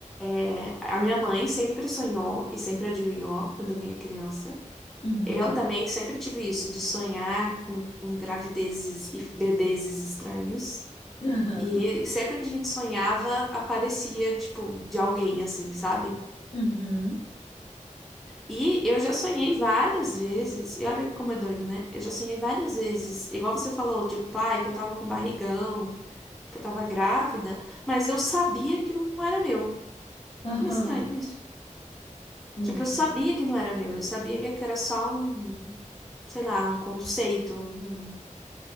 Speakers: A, in the centre; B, on the left.
A: É, a minha mãe sempre sonhou e sempre adivinhou quando eu vinha criança.
B: uhum.
A: Eu também sempre tive isso, de sonhar com, com gravidezes e bebezes estranhos.
B: Aham.
A: E sempre que a gente sonhava, aparecia, tipo, de alguém, assim, sabe?
B: Uhum.
A: E eu já sonhei várias vezes, e olha como é doido, né? Eu já sonhei várias vezes, igual você falou, tipo, ai, que eu tava com barrigão, que eu tava grávida, mas eu sabia que não era meu.
B: Aham.
A: Não é estranho isso?
B: Muito.
A: Tipo, eu sabia que não era meu, eu sabia que era só um, sei lá, um conceito, um,